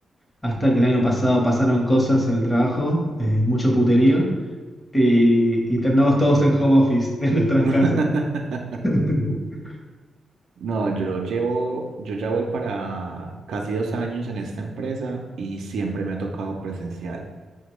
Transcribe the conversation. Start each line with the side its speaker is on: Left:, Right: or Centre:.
Left: Hasta que el año pasado pasaron cosas en el trabajo, eh, mucho putería
Right: ujú.
Left: y, y terminamos todos en home office, <laughs> en nuestras
Right: <laughs>
Left: casas. <laughs>
Right: No, yo llevo, yo ya voy para casi dos años en esta empresa y siempre me ha tocado presencial,